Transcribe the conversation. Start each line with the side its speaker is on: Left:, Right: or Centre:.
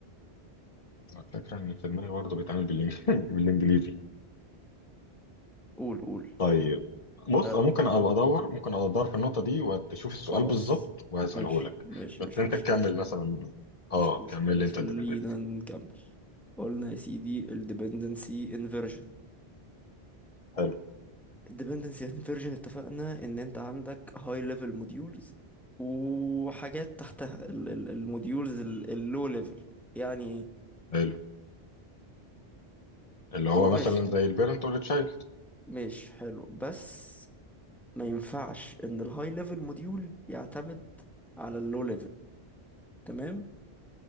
Left: أنا الفكره ان في دماغي برضه بيتعمل بالإنج- <laughs> بالانجليزي
Centre: قول قول
Left: طيب بص
Centre: اه
Left: أنا ممكن ابقى ادور ممكن ابقى ادور في النقطه دي واشوف السؤال
Centre: خلاص
Left: بالظبط وهساله
Centre: ماشي
Left: لك
Centre: ماشي
Left: بس
Centre: مش
Left: انت
Centre: مشكلة
Left: تكمل مثلا اه
Centre: مش مشكلة
Left: كمل لي انت
Centre: خلينا
Left: الديبندنسي
Centre: نكمل قلنا يا سيدي ال dependency inversion
Left: حلو
Centre: ال dependency inversion اتفقنا ان انت عندك high level modules وحاجات تحتها ال ال الموديولز ال ال low level يعني ايه؟
Left: حلو اللي هو
Centre: او ماشي
Left: مثلا زي البيرنت والتشايلد
Centre: ماشي حلو بس ما ينفعش ان ال high level module يعتمد على ال low level تمام